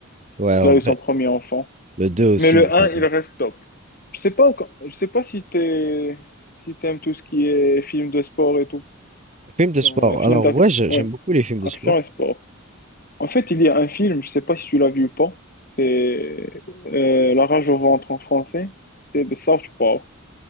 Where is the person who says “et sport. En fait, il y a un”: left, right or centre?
Left